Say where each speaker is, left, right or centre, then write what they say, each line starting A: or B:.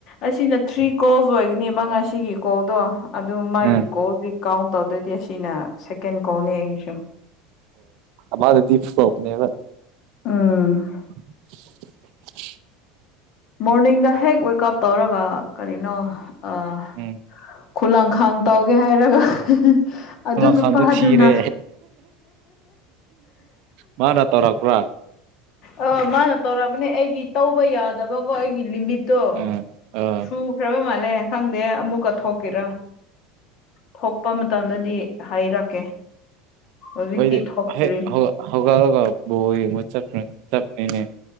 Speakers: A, on the left (about 45°); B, on the right (about 55°).
A: ꯑꯁꯤꯅ ꯊ꯭ꯔꯤ ꯀꯣꯜꯁ ꯑꯣꯏꯒꯅꯤꯕ ꯉꯁꯤꯒꯤ ꯀꯣꯜꯗꯣ ꯑꯗꯨ ꯃꯥꯒꯤ
B: ꯎꯝ
A: ꯀꯣꯜꯗꯤ ꯀꯥꯎꯟ ꯇꯧꯗꯣꯏꯗꯤ ꯑꯁꯤꯅ ꯁꯦꯀꯦꯟ ꯀꯣꯜꯅꯤ ꯑꯩꯒꯤꯁꯨ
B: ꯑꯣ ꯑꯗꯤꯞꯀꯅꯦꯕ
A: ꯎꯝ
B: ꯁ <inaudible>
A: ꯃꯣꯔꯅꯤꯡꯗ ꯍꯦꯛ ꯋꯦꯀꯑꯞ ꯇꯧꯔꯒ ꯀꯔꯤꯅꯣ ꯑꯥ
B: ꯎꯝ
A: ꯈꯨꯂꯥꯡꯈꯥꯡ ꯇꯧꯒꯦ ꯍꯥꯏꯔꯒ ꯑꯗꯨ
B: ꯈꯨꯂꯪꯈꯥꯡꯗꯣ
A: ꯅꯨꯄꯥꯗꯨꯅ
B: ꯊꯤꯔꯦ ꯃꯥꯅ ꯇꯧꯔꯛꯄ꯭ꯔꯥ
A: ꯑ ꯃꯥꯅ ꯇꯧꯔꯛꯑꯕꯅꯦ ꯑꯩꯒꯤ ꯇꯧꯕ ꯌꯥꯗꯕꯀꯣ ꯑꯩꯒꯤ ꯂꯤꯃꯤꯠ ꯗꯣ
B: ꯑꯥ ꯑꯥ
A: ꯁꯨꯈ꯭ꯔꯕ ꯃꯥꯜꯂꯦ ꯈꯪꯗꯦ ꯑꯃꯨꯛꯀ ꯊꯣꯛꯀꯦꯔꯥ ꯊꯣꯛꯄ ꯃꯇꯝꯗꯗꯤ ꯍꯥꯏꯔꯛꯀꯦ ꯍꯧꯖꯤꯛꯇꯤ
B: ꯑꯩꯈꯣꯏꯗꯤ
A: ꯊꯣꯛꯇ꯭ꯔꯤ
B: ꯍꯦꯛ ꯍꯧ ꯍꯧꯒꯠꯂꯒꯥ ꯕꯥꯜ ꯌꯦꯡꯉ ꯆ ꯆꯠꯄꯅꯤꯅꯦ